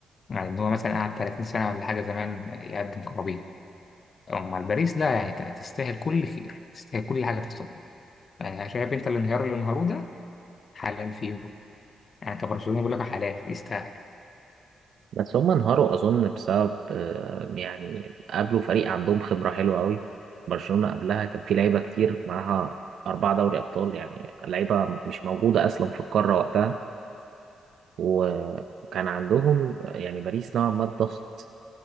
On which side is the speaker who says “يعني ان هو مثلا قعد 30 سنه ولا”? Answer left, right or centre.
Left